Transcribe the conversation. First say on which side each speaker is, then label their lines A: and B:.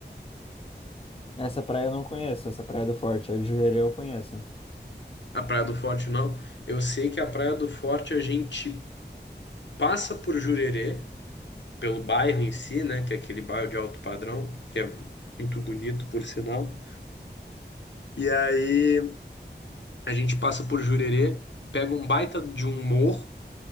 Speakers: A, on the left; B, on the left.
A: Essa praia eu não conheço, essa praia do Forte, a de Jurerê eu conheço.
B: A Praia do Forte não. Eu sei que a Praia do Forte a gente passa por Jurerê, pelo bairro em si, né? Que é aquele bairro de alto padrão, que é muito bonito, por sinal. E aí a gente passa por Jurerê, pega um baita de um morro,